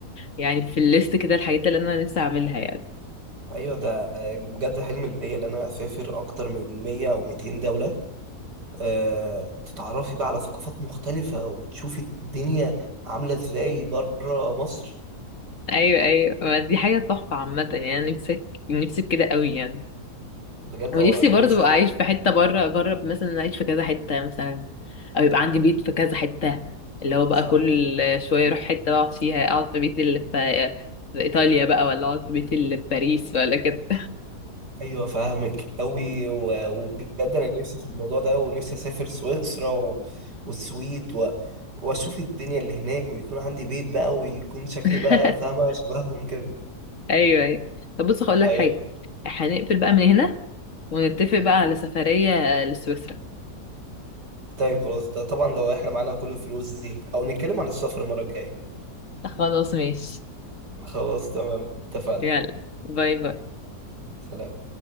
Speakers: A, on the left; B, on the right.
A: يعني في الليست كده الحاجات اللي انا نفسي اعملها يعني
B: ايوه ده بجد حلم ليا ان انا اسافر اكتر من 100 او 200 دوله أه تتعرفي بقى على ثقافات مختلفه وتشوفي الدنيا عامله ازاي بره مصر
A: ايوه ايوه ما دي حاجه تحفه عامه يعني انا نفسي نفسي في كده قوي يعني
B: بجد
A: ونفسي
B: اه انا
A: برضو
B: نفسي
A: ابقى اعيش
B: بجد في
A: في حته
B: الموضوع
A: بره
B: ده
A: اجرب مثلا اعيش في كذا حته مثلا او يبقى عندي بيت في كذا حته اللي هو بقى
B: صح
A: كل شويه اروح حته اقعد فيها اقعد في بيت اللي في في ايطاليا بقى ولا اقعد في بيت اللي في باريس ولا كده
B: ايوه فاهمك قوي و- وبجد انا نفسي في الموضوع ده ونفسي اسافر سويسرا و... والسويد و... واشوف الدنيا اللي هناك ويكون عندي بيت بقى ويكون شكلي
A: <laughs>
B: بقى فاهمه شبههم كده
A: ايوه ايوه طب بص هقول لك
B: ايوه
A: حاجه هنقفل بقى من هنا ونتفق بقى على سفريه لسويسرا
B: طيب خلاص ده طبعا لو احنا معانا كل الفلوس دي او نتكلم عن السفر المره الجايه
A: خلاص ماشي
B: خلاص تمام اتفقنا
A: يلا باي باي
B: سلام